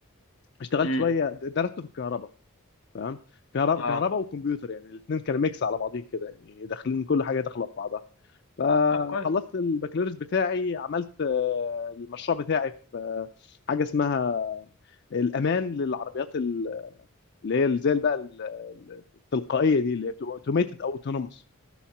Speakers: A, on the left; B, on the left.
A: اشتغلت
B: امم
A: شويه د- درسته في الكهرباء تمام كهرباء
B: اه
A: كهرباء وكمبيوتر يعني الاثنين كانوا ميكس على بعضين كده يعني داخلين كل حاجه داخله في بعضها فخلصت
B: طب كويس
A: البكالوريوس بتاعي عملت آه، المشروع بتاعي في آه، حاجه اسمها الامان للعربيات ال- اللي هي زي بقى ال- ال- التلقائيه دي اللي هي بتبقى اوتوميتد او اوتونوموس